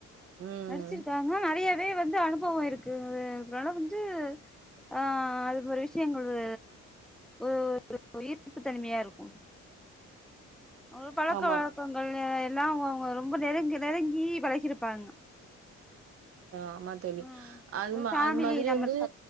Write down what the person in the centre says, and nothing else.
நடிச்சிருக்காங்க நெறையாவே வந்து அனுபவ இருக்கு அதுனால வந்து ஆ அது போற விஷயங்களு ஒரு ஈர்ப்பு தனிமையா இருக்கு ம் ஒரு பழக்க
வழக்கங்கள் அ எல்லா அவங்க அவங்க ரொம்ப நெருங்கி நெருங்கி பழகிருப்பாங்க
ம்
ஒரு ஃபேமிலி
மெம்பர்ஸ்